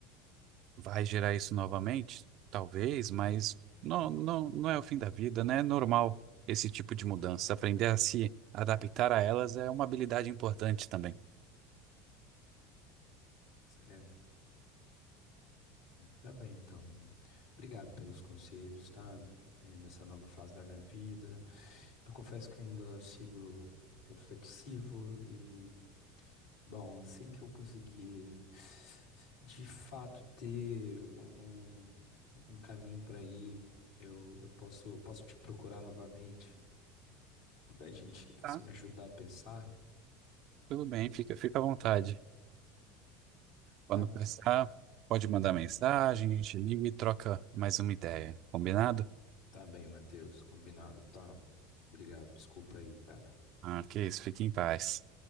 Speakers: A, on the right (about 55°); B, on the left (about 85°).
A: vai gerar isso novamente? Talvez, mas não, não, não é o fim da vida, né? É normal esse tipo de mudança. Aprender a se adaptar a elas é uma habilidade importante também.
B: É, tá bem, então. Obrigado pelos conselhos, tá? É, nessa nova fase da minha vida. Eu confesso que ainda sigo reflexivo e Bom, assim que eu conseguir de fato ter um, um, um caminho para ir, eu, eu posso, eu posso te procurar novamente pra gente, pra
A: Tá,
B: você me ajudar a pensar.
A: tudo bem, fica, fica à vontade.
B: Tá,
A: Quando precisar, pode mandar mensagem, a gente liga e troca mais uma ideia. Combinado?
B: tá bem, Matheus, combinado, tá? Obrigado, desculpa aí, cara.
A: Ah, que isso, fique em paz.